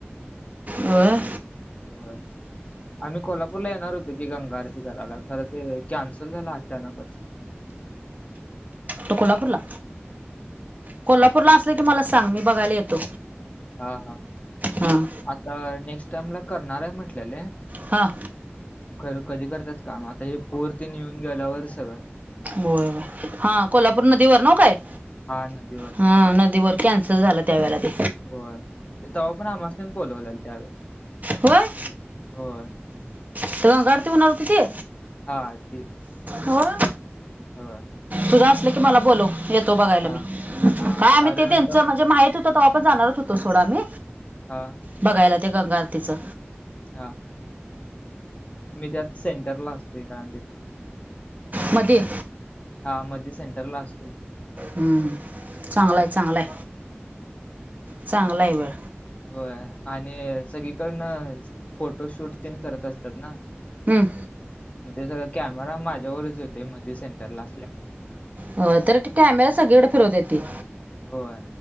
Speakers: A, on the right; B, on the left.
A: होय?
B: होय आम्ही कोल्हापूर कोल्हापूर ला येणार होतं की गंगा आरती करायला खरं ते कॅन्सल झालं अचानकच.
A: तू कोल्हापूरला कोल्हापूरला असल की मला सांग मी बघायला येतो.
B: हा हा
A: हां
B: आता नेक्स्ट टाईम ला करणार आहे म्हटलेले
A: हा.
B: खरं कधी करतात काय आता हे पोर तेनी येऊन गेल्यावरच सगळ.
A: होय हा कोल्हापूर नदीवर नव काय?
B: हा नदीवर.
A: हा नदीवर कॅन्सल झाल त्यावेळेला ते.
B: होय ते तवा पण आम्हासनीच बोलवलेल त्यावे
A: होय?
B: होय.
A: तिथं गंगा आरती होणार होती ती?
B: हा ते.
A: होय?
B: हो.
A: तुझा असल की मला बोलव येतो बघायला
B: हां.
A: मी
B: हा
A: काय आम्ही
B: कारण
A: ते त्यांच
B: आता
A: म्हणजे माहित होत त तवा पण जाणारच होतो सोडा मी.
B: हा.
A: बघायला ते गंगा आरतीचं.
B: हा मी त्यात सेंटरला असतोय काण तिथून
A: मध्ये
B: हा मध्ये सेंटर ला असतोय.
A: हम्म चांगलाय चांगलाय चांगला आहे वेळ.
B: होय आणि सगळीकडन फोटोशूट तेन करत असतात ना.
A: हम.
B: मग ते सगळं कॅमेरा माझ्यावरच येतोय मध्ये सेंटरला असल्यामुळ.
A: हो तर कॅमेरा सगळीकडे फिरवता येते.
B: होय